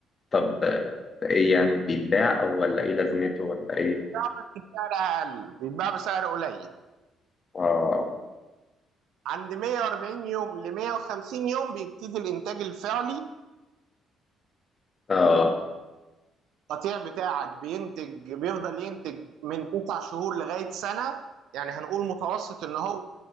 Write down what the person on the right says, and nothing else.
بيتباع بس بسعر أقل بيتباع بسعر قليل
عند 140 يوم ل 150 يوم بيبتدي الإنتاج الفعلي
القطيع بتاعك بينتج بيفضل ينتج من تسع شهور لغاية سنة يعني هنقول متوسط إن هو